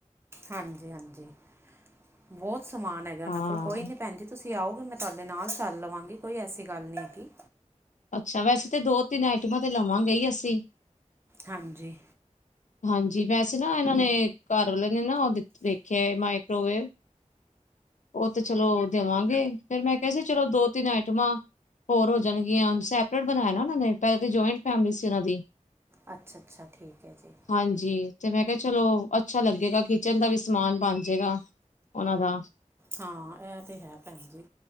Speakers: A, on the right (about 20°); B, on the left (about 70°).
A: ਹਾਂਜੀ ਹਾਂਜੀ ਬਹੁਤ ਸਮਾਨ ਹੈਗਾ ਉਹਨਾਂ
B: ਹਾਂ
A: ਕੋਲ ਕੋਈ ਨੀ ਭੈਣ ਜੀ ਤੁਸੀਂ ਤੁਸੀਂ ਆਓਗੇ ਮੈਂ ਤੁਹਾਡੇ ਨਾਲ ਚੱਲ ਲਵਾਂਗੀ ਕੋਈ ਐਸੀ ਗੱਲ ਨਹੀਂ ਹੈਗੀ।
B: ਅੱਛਾ ਵੈਸੇ ਤਾਂ ਦੋ ਤਿੰਨ ਆਈਟਮਾਂ ਤੇ ਲਵਾਂਗੇ ਹੀ ਅਸੀਂ
A: ਹਾਂਜੀ
B: ਹਾਂਜੀ ਵੈਸੇ ਨਾ ਇਹਨਾਂ ਨੇ ਘਰ ਵਾਲੇ ਨੇ ਨਾ ਉਹ ਦੇਖਿਆ ਮਾਈਕਰੋਵੇਵ ਉਹ ਤੇ ਚਲੋ ਦੇਵਾਂਗੇ ਫਿਰ ਮੈਂ ਕਿਹਾ ਸੀ ਚਲੋ ਦੋ ਤਿੰਨ ਆਈਟਮਾਂ ਹੋਰ ਹੋ ਜਾਣਗੀਆਂ ਸੈਪਰੇਟ ਬਣਾਇਆ ਨਾ ਉਹ ਨੇ ਪਹਿਲਾਂ ਤਾਂ ਜੁਆਇੰਟ ਫੈਮਲੀ ਸੀ ਉਹਨਾਂ ਦੀ
A: ਅੱਛਾ ਅੱਛਾ ਠੀਕ ਹੈ ਜੀ
B: ਹਾਂਜੀ ਤੇ ਮੈਂ ਕਿਹਾ ਚਲੋ ਅੱਛਾ ਲੱਗੇਗਾ ਕਿਚਨ ਦਾ ਵੀ ਸਮਾਨ ਬਣ ਜਾਏਗਾ ਉਹਨਾਂ ਦਾ
A: ਹਾਂ ਇਹ ਤੇ ਹੈ ਭੈਣ ਜੀ